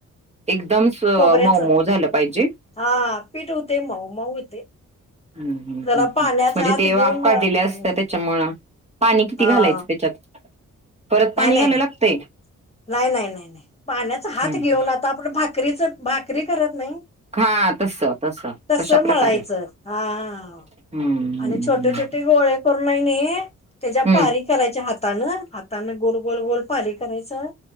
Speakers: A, on the right (about 20°); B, on the left (about 20°).
A: एकदम
B: खोबऱ्याचं
A: मऊ- मऊ झालं पाहिजे.
B: हा पीठ होते मऊ मऊ होते.
A: ह म्हणजे
B: जरा पाण्याचा हात
A: तेव्हाफ
B: घेऊन मळ
A: काढ
B: हम्म
A: दिल्या असत त्याच्यामुळ <inaudible> पाणी किती
B: हा
A: घालायचं त्याच्यात- परत पाणी
B: नाही नाही
A: घालाय
B: नाही
A: लागतय,
B: नाही- नाही, नाही -नाही पाण्याचा हात
A: हम्म
B: घेऊन आता आपण भाकरीच भाकरी करत नाही.
A: हा तस
B: तस
A: तशा प्रकारे
B: मळायचं, हा..
A: हम्म हम्म
B: आणि छोटे
A: हम्म
B: -छोटे गोळे करूनणे त्याच्या
A: हम्म
B: पारी करायच्या. हातान हाताने गोल- गोल -गोल पारी करायचं,